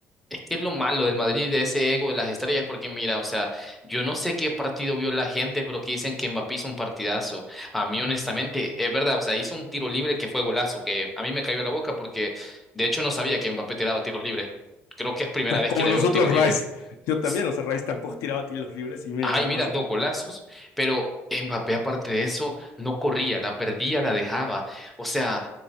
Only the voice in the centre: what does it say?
Es que es lo malo del Madrid, de ese ego de las estrellas, porque mira, o sea, yo no sé qué partido vio la gente, pero que dicen que Mbappé hizo un partidazo. A mí, honestamente, es verdad, o sea, hizo un tiro libre que fue golazo, que a mí me cayó la boca porque, de hecho, no sabía que Mbappé tiraba tiros libres. Creo que es primera vez
que le
veo un tiro libre.
Es-
Ay,
mira,
dos golazos. Pero Mbappé, aparte de eso, no corría, la perdía, la dejaba. O sea.